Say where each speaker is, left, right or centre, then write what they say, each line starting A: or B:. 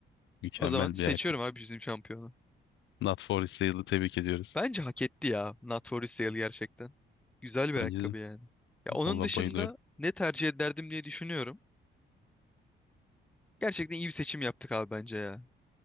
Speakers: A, on the left (about 70°); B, in the centre.
A: Mükemmel
B: O zaman seçiyorum
A: bir ayakkabı.
B: abi bizim şampiyonu.
A: Not for sale'ı tebrik ediyoruz.
B: Bence hak etti ya Not For Sale gerçekten. Güzel bir
A: Önceden.
B: ayakkabı yani. Ya
A: Valla
B: onun dışında
A: bayılıyorum.
B: ne tercih ederdim diye düşünüyorum. Gerçekten iyi bir seçim yaptık abi bence ya.